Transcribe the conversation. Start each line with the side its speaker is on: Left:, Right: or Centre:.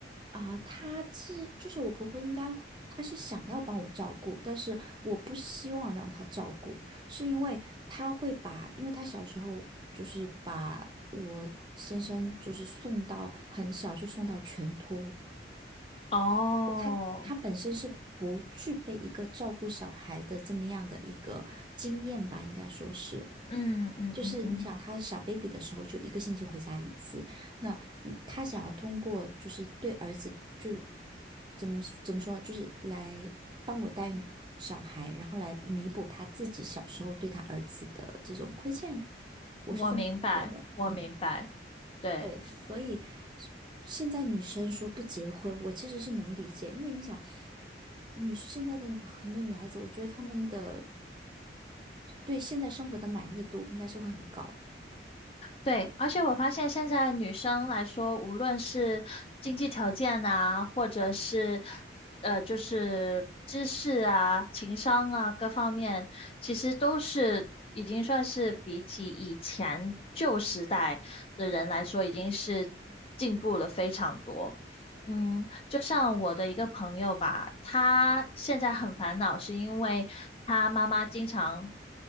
Right: 啊、她其实就是我婆婆，应该她是想要帮我照顾，但是我不希望让她照顾，是因为她会把，因为她小时候就是把我先生就是送到很小就送到全托，
Left: 哦，
Right: 他他本身是不具备一个照顾小孩的这么样的一个经验吧，应该说是。
Left: 嗯嗯嗯嗯，
Right: 就是你想他小 baby 的时候，就一个星期回家一次。那嗯他想要通过就是对儿子，就是怎么怎么说呢就是来帮我带小孩，然后来弥补他自己小时候对他儿子的这种亏欠。我是这么觉得，
Left: 我明白，我明白。
Right: 嗯。
Left: 对，
Right: 对，所以现在女生说不结婚，我其实是能理解，因为你想，女现在的很多女孩子，我觉得她们的对现在生活的满意度应该是会很高
Left: 对，而且我发现现在女生来说，无论是经济条件啊，或者是呃，就是知识啊、情商啊各方面，其实都是已经算是比起以前旧时代的人来说，已经是进步了非常多。嗯，就像我的一个朋友吧，他现在很烦恼，是因为他妈妈经常